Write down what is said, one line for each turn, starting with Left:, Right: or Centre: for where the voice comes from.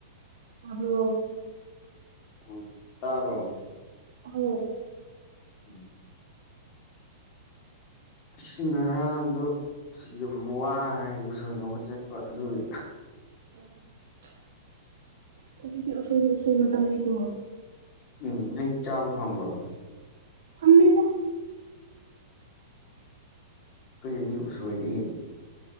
Right: ꯇꯥꯕ꯭ꯔꯣ
Left: ꯎ ꯇꯥꯕ꯭ꯔꯣ
Right: ꯑꯧ
Left: ꯎꯝ ꯑꯁꯤ ꯉꯔꯥꯡꯗꯣ ꯁꯤ ꯌꯥꯝ ꯋꯥꯔꯦ ꯎꯁꯣꯏꯅꯕ ꯆꯠꯄ ꯑꯗꯨꯗꯤ
Right: <unintelligible> ꯍꯧꯖꯤꯛꯇꯤ ꯑꯁꯣꯏꯗꯤ ꯑꯁꯣꯏ ꯃꯇꯝꯅꯤꯅꯦꯀꯣ
Left: ꯎꯝ ꯅꯪꯗꯤ ꯆꯥꯕ ꯐꯪꯕ꯭ꯔꯣ
Right: ꯐꯪꯗꯦꯗ
Left: ꯑꯩꯈꯣꯏꯒꯤꯗꯤ ꯎꯁꯣꯏꯗꯤ